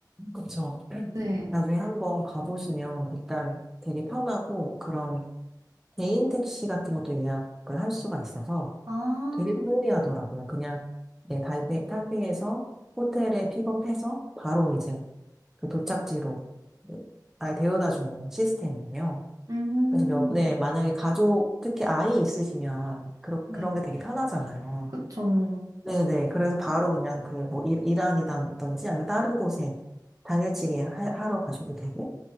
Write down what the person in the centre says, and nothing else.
그쵸.
나중에 한번 가보시면 일단 되게 편하고, 그런 개인 택시 같은 것도 예약을 할 수가 있어서,
되게 편리하더라고요. 그냥 네, 타이베, 타이페이에서 호텔에 픽업해서 바로 이제 그 도착지로 날 데려다 주는 시스템이에요.
그래서 몇, 네, 만약에 가족, 특히 아이 있으시면 그런
그런 게 되게 편하잖아요.
네네. 그래서 바로 그냥 그 뭐 이란이라든지 아니면 다른 곳에 당일치기 하, 하러 가셔도 되고